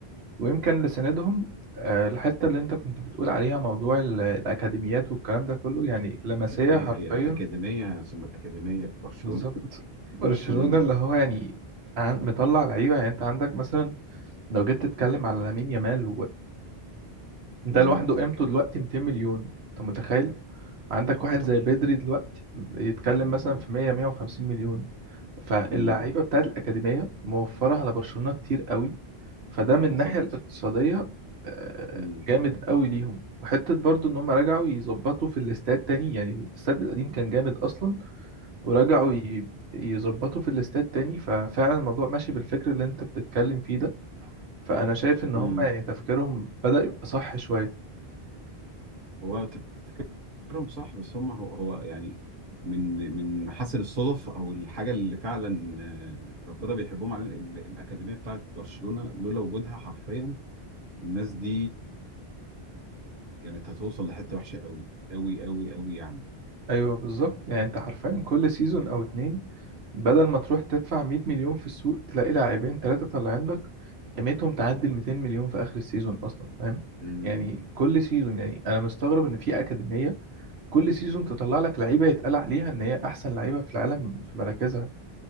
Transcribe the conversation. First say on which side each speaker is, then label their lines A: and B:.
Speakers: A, on the right; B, on the right.
A: ويمكن لسندهم آه، الحتة اللي انت كنت بتقول عليها موضوع ال- الأكاديميات والكلام ده كله يعني لمسية
B: الاكاديميه
A: حرفيا
B: هي الاكاديميه ثم الاكاديميه في برشلونه
A: بالظبط
B: <laughs>
A: برشلونة
B: امم
A: اللي هو يعني عن- مطلع لعيبة يعني انت عندك مثلا لو جيت تتكلم على لامين يامال ده
B: امم
A: لوحده قيمته دلوقتي 200 مليون انت متخيل عندك
B: اكتر
A: واحد زي بدري دلوقتي يتكلم
B: امم
A: مثلا في 100 150 مليون فاللعيبه
B: امم
A: بتاعت الاكاديميه موفره على برشلونه كتير قوي فده من
B: بالظبط
A: الناحيه الاقتصاديه آه،
B: امم
A: جامد قوي ليهم وحته برضو ان هم رجعوا يظبطوا في الاستاد تاني يعني الاستاد القديم كان جامد اصلا ورجعوا ي- يظبطوا في الاستاد تاني ففعلا الموضوع ماشي بالفكر اللي انت بتتكلم فيه ده فانا شايف ان هم
B: امم
A: يعني تفكيرهم بدأ يبقى صح شويه
B: هو تفكيرهم صح بس هم هو, هو يعني من من محاسن الصدف او الحاجه اللي فعلا آه، ربنا بيحبهم علينا ال- الاكاديميه بتاعت برشلونه لولا وجودها حرفيا الناس دي كانت هتوصل لحته وحشه قوي قوي قوي قوي يعني
A: ايوه بالظبط يعني انت حرفيا كل سيزون او اتنين بدل ما تروح تدفع 100 مليون في السوق تلاقي لاعبين ثلاثه طالعين لك قيمتهم تعدي ال 200 مليون في اخر السيزون اصلا فاهم
B: امم
A: يعني كل سيزون يعني انا مستغرب ان في اكاديميه كل سيزون تطلع لك لعيبه يتقال عليها ان هي احسن لعيبه في العالم في مراكزها